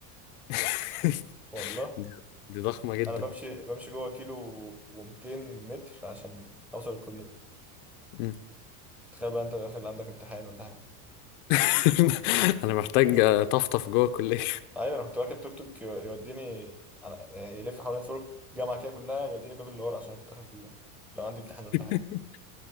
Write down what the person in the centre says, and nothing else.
والله
أنا بمشي بمشي جوه كيلو ومتين متر عشان أوصل الكلية
تخيل بقى أنت داخل عندك امتحان ولا حاجة
أيوة أنا كنت راكب توك توك يو- يوديني على يعني يلف حوالين سور الجامعة كده كلها يوديني باب اللي ورا عشان كنت آخر الكلية لو عندي امتحان ولا
حاجة